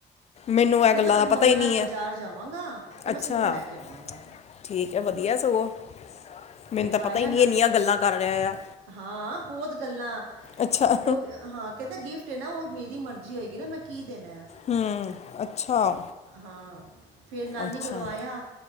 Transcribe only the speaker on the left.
ਮੈਨੂੰ
ਇਹ ਗੱਲਾਂ
ਦਾ
ਪਤਾ ਹੀ ਨਹੀਂ
ਹੈ
ਅੱਛਾ
ਠੀਕ ਐ ਵਧੀਆ ਸਗੋਂ, ਮੈਨੂੰ
ਤਾਂ ਪਤਾ
ਈ ਨੀ
ਇੰਨੀਆਂ ਗੱਲਾਂ ਕਰ ਰਿਹਾ ਆ।
ਅੱਛਾ
ਹੂੰ, ਅੱਛਾ।
ਅੱਛਾ